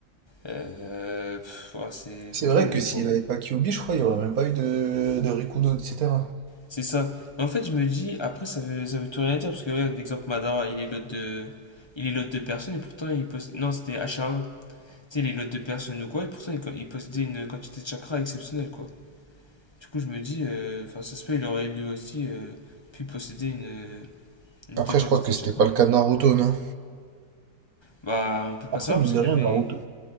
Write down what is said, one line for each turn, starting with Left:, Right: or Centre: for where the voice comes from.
Left: Euh, pff, ouais, c'est
Right: C'est
Left: franchement
Right: vrai
Left: il
Right: que
Left: y est
Right: s'il
Left: pour.
Right: n'avait pas Kyuubi, je crois, il n'y aurait même pas eu de, de Rikudo, etc.
Left: C'est ça. Et en fait, je me dis, après, ça veut, ça veut tout rien dire, parce que regarde, l'exemple Madara, il est l'autre de... Il est l'autre de personnes et pourtant, il possède... Non, c'était Hashirama. Tu sais, il est l'autre de personnes ou quoi, et pourtant, il, co- il possédait une quantité de chakras exceptionnelle, quoi. Du coup, je me dis, euh, enfin, ça se peut, il aurait lui aussi euh, pu posséder une, une
Right: Après,
Left: telle quantité
Right: je crois que c'était
Left: de chakras
Right: pas le cas de Naruto, non?
Left: Bah, on peut pas
Right: Après,
Left: savoir,
Right: mine
Left: parce qu'il
Right: de rien,
Left: avait
Right: Naruto.